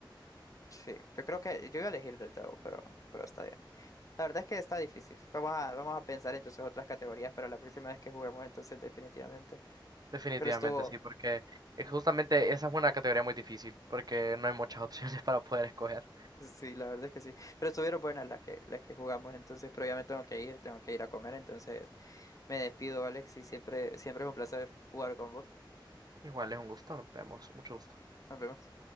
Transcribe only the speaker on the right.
definitivamente
sí, porque eh,
justamente esa es una categoría muy difícil, porque no hay muchas <laughs> opciones para poder escoger.
Igual es un gusto, nos vemos. Mucho gusto.